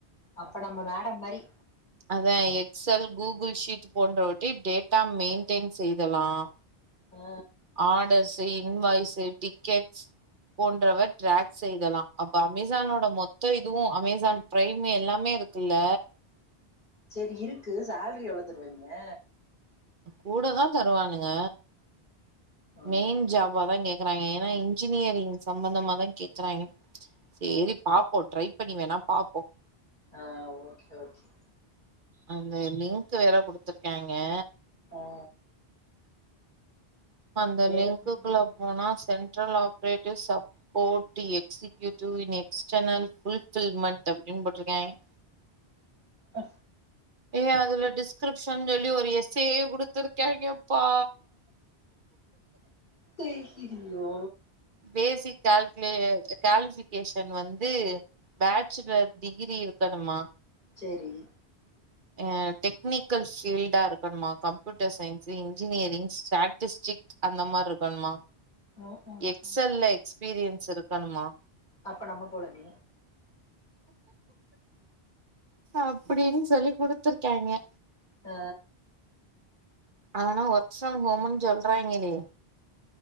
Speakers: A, on the left; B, on the right.
A: அப்ப நம்ம மேடம் மாரி
B: அதான் எக்ஸல் கூகுள் ஷீட் போன்றவட்டி டேட்டா மெயின்டென் செய்தலான்
A: ஆ
B: ஆடஸ் இன்வாய்ஸ்சு டிக்கெட்ஸ் போன்றவ ட்ராக் செய்தலாம் அப்ப அமேசானோட மொத்த இதுவும் அமேசான் பிரைமு எல்லாமே இருக்குல்ல
A: சேரி இருக்கு சேல்ரி எவ்ளோ தருவாங்கய
B: கூட தா தருவானுங்க
A: ஆ
B: மெயின் ஜாபாதாங்க க்கறாங்க ஏனா இன்ஜினியரிங் சம்பந்தமா தான் கேக்குறாங்க சேரி
A: ஓ
B: பாப்போம் ட்ரை பண்ணி வேணா பாப்போம்
A: ஆ ஓகே ஓகே
B: அந்த லிங்க் வேற குடுத்துருக்காங்கே
A: ஆ
B: அந்த
A: ஏதாவது
B: லிங்க்குக்குள்ள போனா central operative support executive in external fulfilment அப்படின்னு போட்டிருக்காங்கே
A: அ
B: ஏய் அதுல டிஸ்கிரிப்ஷன் சொல்லி ஒரு எஸ் ஏயே குடுத்துருக்காங்கேப்பா
A: பேசிருவியோ
B: பேசிக் கால்குலே கிளாசிஃபிக்கேஷன் வந்து பேச்சுலர் டிகிரி இருக்கணுமா
A: சேரி
B: ஆ டெக்னிக்கல் ஃபீல்டா இருக்கனுமா கம்ப்யூட்டர் சயின்ஸ் இன்ஜினியரிங் ஸ்டாட்டிஸ்டிக் அந்த மாதிரி இருக்கனுமா
A: ம் ம்
B: எக்ஸ் எல் ல எக்ஸ்பீரியன்ஸ் செதுக்கனும்மா
A: அப்ப நம்ம போலாமே
B: அப்படின்னு சொல்லி குடுத்தருக்காங்கே
A: ஆ
B: ஆனா ஒர்க் ஃப்ரம் ஹோம்ன்னு சொல்றாங்களே